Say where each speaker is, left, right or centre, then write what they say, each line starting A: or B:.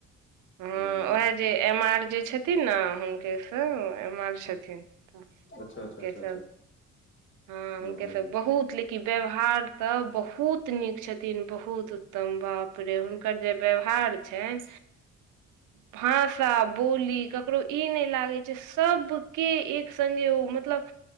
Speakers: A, on the right (about 85°); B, on the left (about 40°).
A: हँ
B: हूँ
A: उएह। जे एम आर जे छथिन ने हुनकेसँ एम आर। छथिन तऽ
B: अच्छा अच्छा
A: हुनके
B: अच्छा
A: सब
B: अच्छा।
A: हँ
B: हूँ
A: हुनके सभ।
B: हूँ
A: बहुत लेकिन व्यवहार तऽ बहुत नीक छथिन बहुत। त बाप रे हुनकर जे व्यवहार छनि।
B: <inaudible>
A: भाषा बोली ककरो ई नहि लागै छै। सभके एक संगे ओ मतलब।